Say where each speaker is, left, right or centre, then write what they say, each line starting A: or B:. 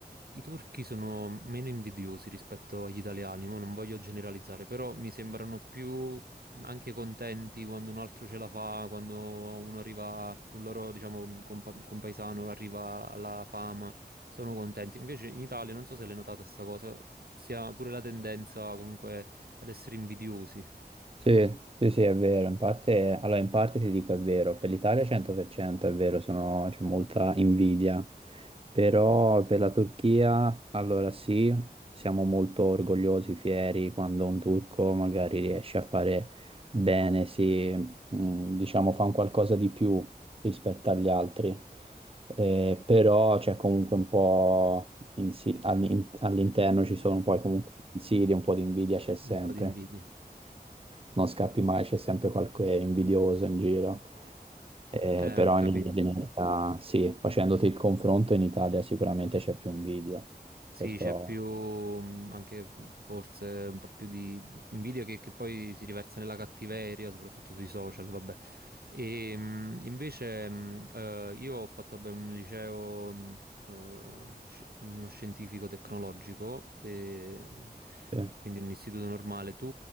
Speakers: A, on the right; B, on the right.
A: i turchi sono meno invidiosi rispetto agli italiani, mo non voglio generalizzare, però mi sembrano più anche contenti quando un altro ce la fa, quando uno arriva, un loro, diciamo, compa- compaesano arriva alla fama, sono contenti. Invece in Italia, non so se l'hai notata sta cosa, si ha pure la tendenza comunque ad essere invidiosi,
B: Sì, sì, sì, è vero, in parte, allora in parte ti dico è vero, per l'Italia 100% è vero, sono- c'è molta invidia, però per la Turchia, allora sì, siamo molto orgogliosi, fieri quando un turco magari riesce a fare bene, si, mh, diciamo, fa un qualcosa di più rispetto agli altri, Eh, però c'è comunque un po' insi- all'in- all'interno ci sono poi comunque insidie, un po' di invidia c'è sempre
A: un po' di invidia.
B: non scappi mai, c'è sempre qualche invidioso in giro.
A: Mm.
B: Eh,
A: Eh,
B: però
A: ho capito.
B: in linea di media, sì, facendoti il confronto in Italia sicuramente c'è più invidia.
A: Sì,
B: Questo
A: c'è più mh, anche mh, forse un po' più di invidia che, che poi si riversa nella cattiveria, soprattutto sui social, vabbè. E mh, invece mh, eh, io ho fatto beh, un liceo, mh, eh, sci- uno scientifico tecnologico, e, mh,
B: sì.
A: quindi un istituto normale. Tu